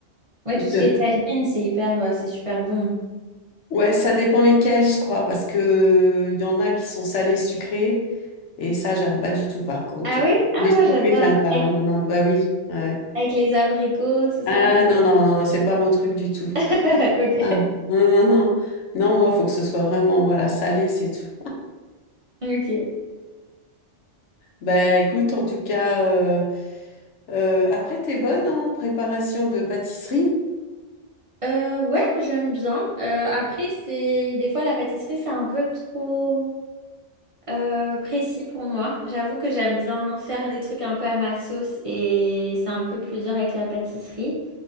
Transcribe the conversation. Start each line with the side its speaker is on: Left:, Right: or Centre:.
Right: Ouais,
Left: je-
Right: tout ce qui est tagine, c'est hyper, euh, c'est super bon.
Left: Ouais, ça dépend lesquels, je crois, parce que il y en a qui sont salés, sucrés, et ça, j'aime pas du tout, par contre.
Right: Ah oui? Ah,
Left: Les
Right: moi
Left: sucrés,
Right: j'adore.
Left: j'aime pas.
Right: Avec,
Left: Ah, Non, non, bah oui, ouais.
Right: avec les abricots, tout ça.
Left: Ah,
Right: Ouais.
Left: non, non, non, non, c'est pas mon truc du tout.
Right: <laughs> Ok.
Left: Ah, non, non, non. Non, moi, faut que ce soit vraiment, voilà, salé, c'est tout.
Right: Ok.
Left: Bah, écoute, en tout cas, euh, euh, après, t'es bonne hein, en préparation de pâtisserie?
Right: Euh, ouais, j'aime bien. Euh, après, c'est des fois la pâtisserie, c'est un peu trop euh, précis pour moi. J'avoue que j'aime bien faire des trucs un peu à ma sauce et c'est un peu plus dur avec la pâtisserie.